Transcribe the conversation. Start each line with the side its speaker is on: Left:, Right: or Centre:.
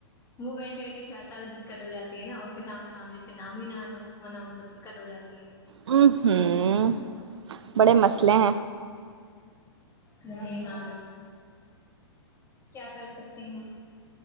Left: وہ بیٹھے رہتی شویتا تو دقت ہو جاتی ہے نا اس کے سامنے نان ویج کا نام ہی نہ لو ورنہ ان کو دق کت ہو جاتی ہے
Right: ہمم ہممم بڑے مسلے ہیں
Left: جی ہاں بالکل کیا کر سکتے ہیں